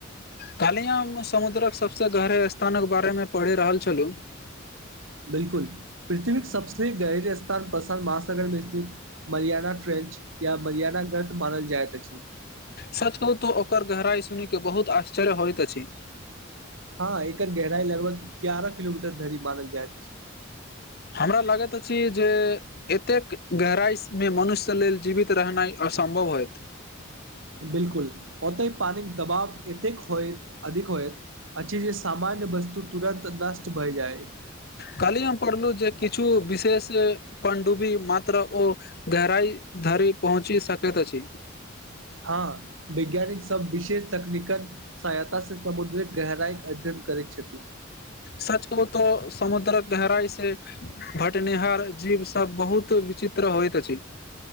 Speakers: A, on the left; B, on the right.
A: कहाललहि हँ हम समुद्रक सभसँ गहरे स्थानक बारे में पढ़ि रहल छलहुँ
B: बिलकुल पृथ्वीक सबसे क सबस गहर स्थान पसान महासागरमे स्थित मरियाणा ट्रेन या अछि या मयादा मग्रथ मानल जाय त
A: सच कहू तू ओकर गहराइ सुनिके बहुत आश्चर्य होइत अछि
B: हँ एकर गहराई लगभग ग्यारह किलोमीटर धरि मानल जायत
A: हमरा लागैत अछि जे एतेक गहराइमे मनुष्य लेल जीवित रहनाइ असम्भव होयत
B: बिल्कुल ओतहि पादिक दबाव एतेक होय अधिक होयत अछै जे सामान्य वस्तु तुरन्त नष्ट भइ जाइ
A: कहली हम पढ़लु जे किछु विशेष पंडुबी मात्र ओ गहराई ध पहुँची सकैत अछि
B: ह हँ वैज्ञानिक सब विशेष तकनीकल सहायता से समुद्रिक गहराइ के अध्यन करै छथिन
A: सच कहु तो समुद्रक गहराई से भटनिहार जीव सब बहुत विचित्र चित्र होइत अछि